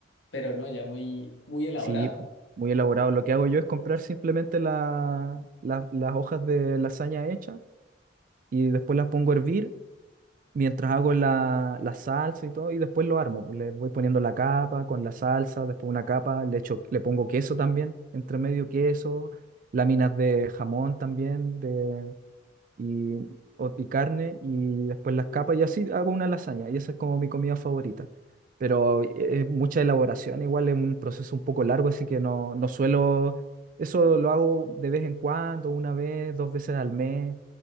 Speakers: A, on the left; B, on the right.
A: pero no, ya muy, muy elaborado.
B: sí, po, muy elaborado. Lo que hago yo es comprar simplemente la, la- las hojas de lasaña hechas y después las pongo a hervir mientras hago la, la salsa y todo, y después lo armo. pues, Le voy poniendo la capa con la salsa, después una capa, le echo, le pongo queso también, entre medio queso, láminas de jamón también, de, y, o- y carne, y después las capas, y así hago una lasaña, y esa es como mi comida favorita. Pero eh, es mucha elaboración, igual es un proceso un poco largo, así que no, no suelo, eso lo hago de vez en cuando, una vez, dos veces al mes,